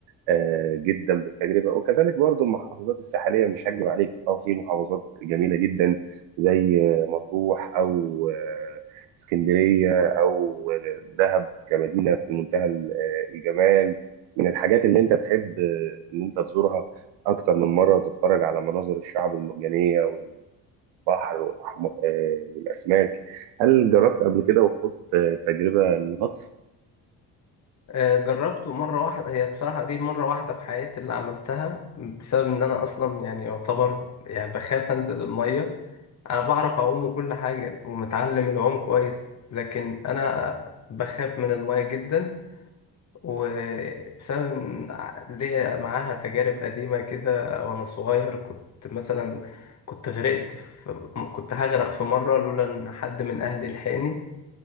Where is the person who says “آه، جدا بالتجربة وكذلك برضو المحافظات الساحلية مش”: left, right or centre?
Right